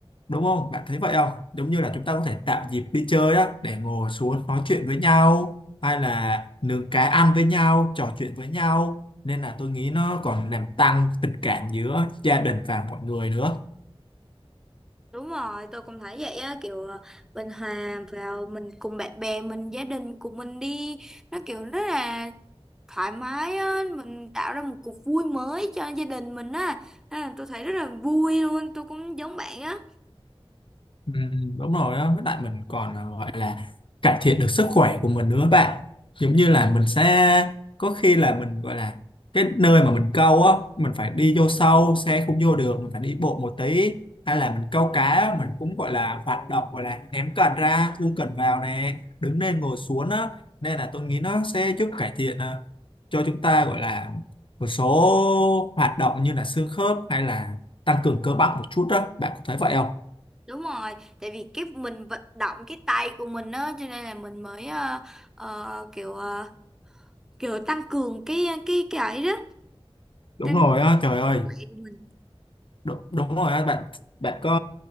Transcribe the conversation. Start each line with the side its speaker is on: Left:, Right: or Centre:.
Left: đúng không bạn thấy vậy không giống như là chúng ta có thể tạo dịp đi chơi á để ngồi xuống nói chuyện với nhau hay là nướng cái ăn với nhau trò chuyện với nhau nên là tôi nghĩ nó còn làm tăng tình cảm giữa gia đình và mọi người nữa
Centre: đúng rồi tôi cũng thấy vậy á kiểu ờ, mình hòa vào mình cùng bạn bè mình gia đình của mình đi nó kiểu rất là thoải mái á mình tạo ra một cuộc vui mới cho gia đình mình á à, tôi thấy rất là vui luôn tôi cũng giống bạn á
Left: Ừm, đúng rồi đó với lại mình còn à, gọi là cải thiện được sức khỏe của mình nữa bạn giống như là mình sẽ có khi là mình gọi là cái nơi mà mình câu á mình phải đi vô sâu xe không vô được mình phải đi bộ một tí hay là mình câu cá á, mình cũng gọi là hoạt động gọi là ném cần ra thu cần vào nè đứng lên ngồi xuống á nên là tôi nghĩ nó sẽ giúp cải thiện à, cho chúng ta gọi là một số hoạt động như là xương khớp hay là tăng cường cơ bắp một chút đó bạn có thấy vậy không
Centre: đúng rồi tại vì cái mình vận động cái tay của mình á cho nên là mình mới ờ, ờ, kiểu ờ, kiểu tăng cường cái cái cái ấy đó
Left: đúng
Centre: tăng
Left: rồi
Centre: cường
Left: á trời
Centre: sức
Left: ơi
Centre: khỏe của mình
Left: đúng, đúng rồi á bạn bạn có